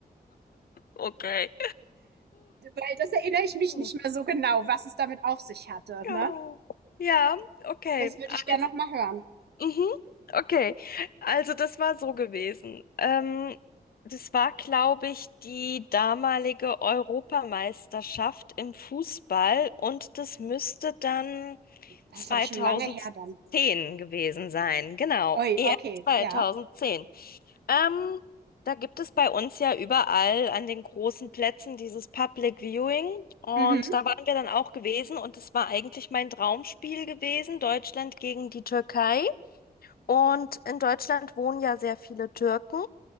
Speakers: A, on the left (about 65°); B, on the right (about 85°).
A: Okay.
B: Weil das erinnere ich mich
A: Huh.
B: nicht mehr so genau, was es damit auf sich hatte.
A: Ja,
B: Ne?
A: ja, okay.
B: Das würde ich gerne
A: Also,
B: noch mal hören.
A: Mhm, okay. Also das war so gewesen. Ähm, das war, glaube ich, die damalige Europameisterschaft im Fußball und das müsste dann
B: Das
A: 2010
B: ist aber schon lange her dann.
A: gewesen sein. Genau,
B: Ui,
A: EM
B: okay,
A: 2010.
B: ja.
A: Ähm, da gibt es bei uns ja überall an den großen Plätzen dieses Public Viewing. Und
B: Mhm.
A: da waren wir dann auch gewesen und es war eigentlich mein Traumspiel gewesen, Deutschland gegen die Türkei. Und in Deutschland wohnen ja sehr viele Türken.